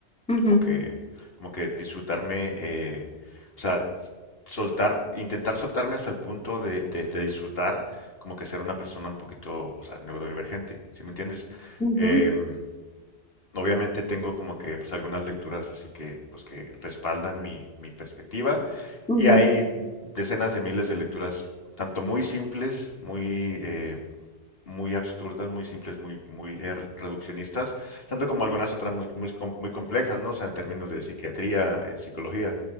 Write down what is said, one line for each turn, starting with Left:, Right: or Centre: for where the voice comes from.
Centre: Ujú,
Left: como que, como que disfrutarme, eh, o sea, soltar, intentar soltarme hasta el punto de, de- de disfrutar, como que ser una persona un poquito, o sea, neurodivergente, ¿sí me entiendes?
Centre: ujú,
Left: Em, obviamente tengo como que, pues, algunas lecturas así que, pues, que respaldan mi, mi perspectiva
Centre: ujú,
Left: y hay decenas de miles de lecturas, tanto muy simples, muy, eh, muy absurdas, muy simples, muy, muy eh, reduccionistas, tanto como algunas otras muy, muy, com- muy complejas, ¿no? O sea, en términos de psiquiatría, eh, psicología